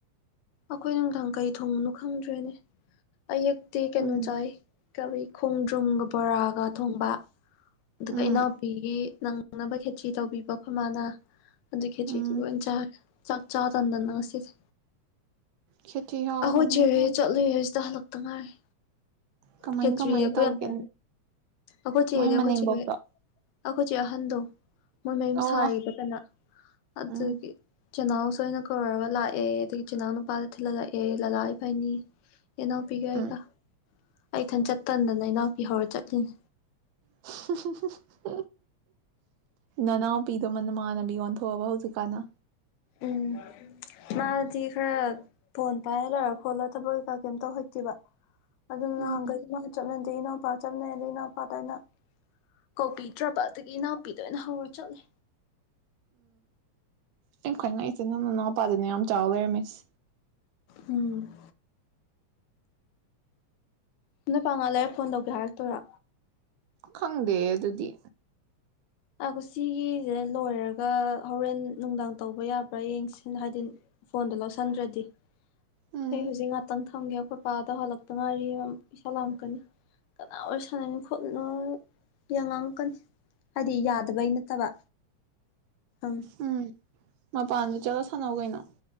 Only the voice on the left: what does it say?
ꯑꯩꯈꯣꯏ ꯅꯨꯡꯊꯪ ꯀꯩ ꯊꯣꯡꯉꯨꯅꯣ ꯈꯪꯗ꯭ꯔꯦꯅꯦ ꯑꯛꯇꯤ ꯀꯩꯅꯣ
ꯆꯥꯏ ꯀꯔꯤ ꯈꯣꯡꯗ꯭ꯔꯨꯝꯒ ꯕꯣꯔꯥꯒ ꯊꯣꯡꯕ ꯑꯗꯨꯒ
ꯏꯅꯥꯎꯄꯤꯒꯤ ꯅꯪꯅꯕ ꯈꯦꯆꯤ ꯇꯧꯕꯤꯕ ꯐꯃꯥꯅ ꯑꯗꯨ ꯈꯦꯆꯤꯗꯨꯒ
ꯑꯣꯏꯅ ꯆ ꯆꯥꯛ ꯆꯥ ꯇꯟꯗꯅ ꯉꯁꯤꯁꯦ
ꯑꯩꯍꯣꯏ ꯆꯔꯦ
ꯆꯠꯂꯨꯏꯦ ꯁꯤꯗ ꯍꯜꯂꯛꯇ ꯉꯥꯏꯔꯦ
ꯍꯦꯖ꯭ꯔꯤ
ꯌꯦꯈꯣꯏꯇ
ꯑꯩꯈꯣꯏ ꯆ
ꯑꯩꯈꯣꯏ
ꯆ ꯑꯩꯈꯣꯏ ꯆꯦ ꯑꯍꯟꯗ ꯃꯣꯏ ꯃꯌꯨꯝ
ꯁꯥꯔꯤꯕ ꯀꯅ ꯑꯗꯨꯒꯤ
ꯆꯤꯅꯥꯎꯁꯣꯏꯅ ꯀꯧꯔꯒ ꯂꯥꯛꯑꯦ ꯑꯗꯒꯤ ꯆꯤꯅꯥꯎ ꯅꯨꯄꯥꯗ ꯊꯤꯜꯍꯜꯂꯛꯑꯦ ꯂꯂꯥ ꯏꯐꯏꯅꯤ ꯏꯅꯥꯎꯄꯤꯒ ꯑꯩꯒ
ꯑꯩꯊꯟꯆꯠꯇꯟꯗꯅ ꯏꯅꯥꯎꯄꯤ ꯍꯧꯔ ꯆꯠꯂꯤꯅꯤ
ꯎꯝ ꯃꯥꯗꯤ ꯈꯔ ꯐꯣꯟ ꯄꯥꯏꯔ ꯂꯩꯔ ꯈꯣꯠꯂ ꯊꯕꯀꯥ ꯀꯩꯝꯇꯧ ꯍꯩꯇꯦꯕ ꯑꯗꯨꯅ ꯅꯍꯥꯟꯈꯩꯗꯤ
ꯃꯥ ꯆꯠꯅꯗꯦ ꯏꯅꯥꯎꯄꯥ ꯆꯠꯅꯩꯗꯩ ꯏꯅꯥꯎꯄꯥꯇ ꯑꯩꯅ ꯀꯧꯕꯤꯗ꯭ꯔꯕ ꯑꯗꯒꯤ ꯏꯅꯥꯎꯄꯤꯗ ꯑꯣꯏꯅ ꯍꯧꯔ ꯆꯠꯂꯦ
ꯎꯝ ꯅ ꯄꯥꯉꯥ ꯂꯩꯔ ꯐꯣꯟ ꯇꯧꯒꯦ ꯍꯥꯏꯔꯛꯇꯣꯏꯔꯥ
ꯑꯥ ꯀ ꯁꯤꯒꯤꯁꯦ ꯂꯣꯏꯔꯒ ꯍꯣꯔꯦꯟ ꯅꯨꯡꯗꯥꯡ ꯇꯧꯕ ꯌꯥꯕ꯭ꯔꯥ ꯌꯦꯡꯁꯤ ꯍꯥꯏꯗꯤ ꯐꯣꯟꯗꯣ ꯂꯧꯁꯟꯗ꯭ꯔꯗꯤ
ꯑꯩ ꯍꯧꯖꯤꯛ ꯉꯥꯛꯇꯪ ꯊꯝꯒꯦ ꯑꯩꯈꯣꯏ ꯄꯥꯗ ꯍꯜꯂꯛꯇ ꯉꯥꯏꯔꯤ ꯏꯁꯧ ꯂꯥꯡꯉꯛꯀꯅꯤ ꯀꯅꯥ ꯑꯣꯏ ꯁꯥꯟꯅꯅꯣ ꯈꯣꯠꯂꯤꯅꯣ ꯌꯥ ꯉꯥꯡꯉꯛꯀꯅꯤ ꯍꯥꯏꯗꯤ ꯌꯥꯗꯕꯩ ꯅꯠꯇꯕ ꯑꯪ